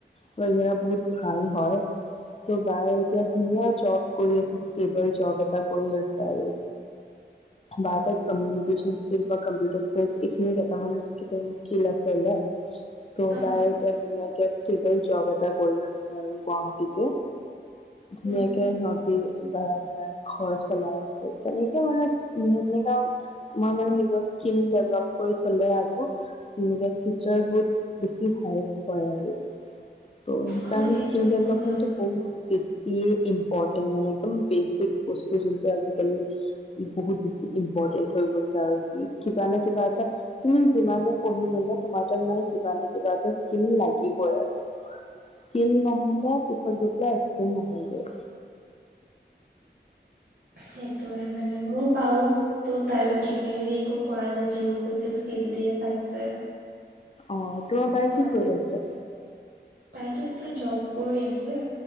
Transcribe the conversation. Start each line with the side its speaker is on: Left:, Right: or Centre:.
Left: বে বহুত ভাল হয়। ত' বায়ে এতিয়া ধুনীয়া জব কৰি আছে ষ্টেবল জব এটা কৰি আছে আৰু। বা কত কম্যুনিকেশ্যন স্কিল বা কম্পিউটাৰৰ স্কিল ইফিন কেইটা মান কিতি স্কিল আছে ত
Right: অ
Left: বা এতিয়া ধুনীয়াকে ষ্টেবল জব এটা কৰি আছে। আৰু গুৱাহাটীতো, ধুনীয়াকে
Right: উম
Left: সিহতি বা মানে ঘৰ চলাই আছে তেনেকে মানে তেনেকােও আমাৰ মানে নিজ স্কিল ডেভেলপ কৰি থলে আৰু এনেকে ফিউচাৰবোৰত বেছি হেল্প হয় আৰু। ত' সেইকাৰণে
Right: অ সেইটোতো
Left: স্কিল ডেভেলপমেণ্টটো
Right: হয়
Left: বহুত বেছিয়ে ইম্পৰ্টে টেণ মানে একদম বেচিক বস্তু যোনটো আজিকালি বহুত বেছি ইম্পৰ্টেণ্ট হৈ গৈছে আৰু কিবা নহয় কিবা এটা তুমি ই যিমানে পঢ়ি নলও তোমাৰ মানে কিবা নহয় কিবা লাগিবই আৰু। স্কিল নহ'ব পিছত গৈ পেলাই একো নহয়গৈ।
Right: সেইটো মানে মোৰ বাও তো তাইও ডিগ্ৰী একো কোৱা না যিক কৈছে স্কিল দিয়ে পাইছে।
Left: অ তোমাৰ বাই
Right: ত
Left: কি কৰি আছে?
Right: এতিয়া জব কৰি আছে